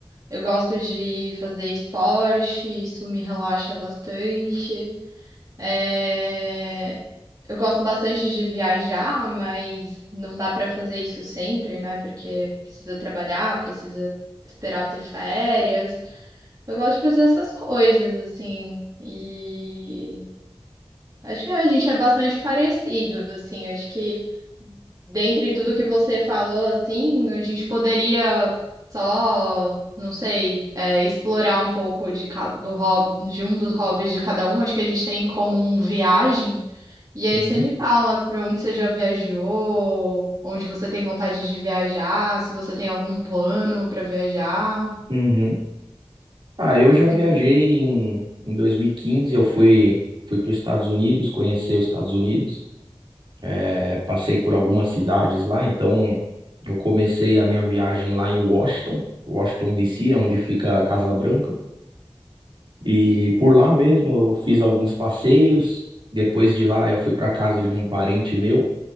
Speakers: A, on the right; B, on the right.
A: Eu gosto de fazer esporte, isso me relaxa bastante. É, Eu gosto bastante de viajar, mas não dá para fazer isso sempre, né? Porque precisa trabalhar, precisa esperar ter férias. Eu gosto de fazer essas coisas, assim. E Acho que a gente é bastante parecido, assim. Acho que dentre tudo que você falou, assim, a gente poderia só, não sei, é, explorar um pouco de, ca- do hobby, de um dos hobbies de cada um. Acho que a gente tem em comum viagem. E aí
B: Uhum.
A: você me fala para onde você já viajou, onde você tem vontade de viajar, se você tem algum plano para viajar.
B: Uhum. Ah, eu já
A: Me
B: viajei
A: conta.
B: em, em 2015, eu fui, fui para os Estados Unidos, conhecer os Estados Unidos. É, passei por algumas cidades lá, então eu comecei a minha viagem lá em Washington, Washington DC, onde fica a Casa Branca. E por lá mesmo eu fiz alguns passeios. Depois de lá eu fui para casa de um parente meu